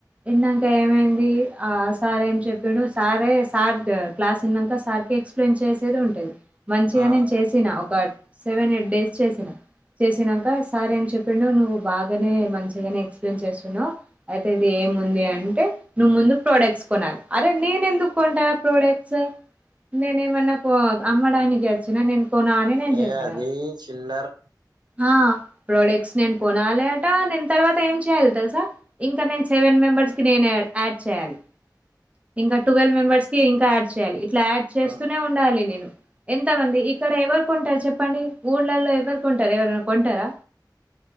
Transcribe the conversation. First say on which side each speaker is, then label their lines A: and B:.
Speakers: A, on the right; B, on the right.
A: ఇన్నాంక ఏమైంది ఆ సారేం చెప్పిండు సారే సార్‌కి క్లాస్ ఇన్నంకా సార్‌కి ఎక్స్ప్లెయిన్ చేసేది ఉంటది మంచిగా
B: ఆ
A: నేను చేసిన ఒక సెవెన్ ఎయిట్ డేస్ చేసిన చేసినాంక సారేం చెప్పిండు నువ్వు బాగానే మంచిగానే ఎక్స్ప్లెయిన్ చేస్తున్నావు అయితే ఇది ఏముంది అంటే నువ్వు ముందు ప్రోడక్ట్స్ కొనాలి అరే నేను ఎందుకు కొంటా ప్రోడక్ట్స్ నేను ఏమన్నా అమ్మడానికి వచ్చినా నేను కోనా అని నేను
B: ఏ
A: చెప్పినా
B: అది చిల్లర్
A: ఆ ప్రోడక్ట్స్ నేను కోనాలి అట నేను తర్వాత ఏం చేయాలి తెలుసా ఇంకా నేను సేవెన్ మెంబర్కి నేనే యాడ్ చేయాలి ఇంకా ట్వెల్వ్ మెంబర్స్‌కి ఇంకా యాడ్ చేయాలి ఇట్లా యాడ్ చేస్తూనే
B: ఆ
A: ఉండాలి నేను ఎంతమంది ఇక్కడ ఎవరుకొంటారు చెప్పండి ఊళ్ళలో ఎవరు కొంటారు ఎవరన్నా కొంటారా